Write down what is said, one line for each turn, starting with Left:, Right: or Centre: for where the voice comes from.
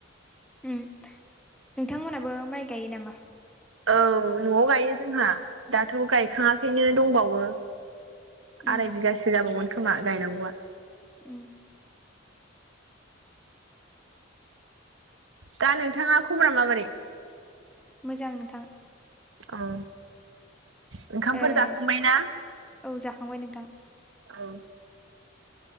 Centre: उम। नोंथांमोनहाबो माइ गायो नामा?
Right: औ। न'आव गायो जोंहा दाथ' गायखाङाखैनो दंबावो।
Centre: उम
Right: आराय बिगासो जाबावगोन खोमा गायनांगौआ।
Centre: ओम।
Right: दा नोंथाङा खबरा माबोरै?
Centre: मोजां नोंथां।
Right: अ'। ओंखामफोर
Centre: ओ
Right: जाखांबाय ना?
Centre: औ जाखांबाय नोंथां।
Right: औ।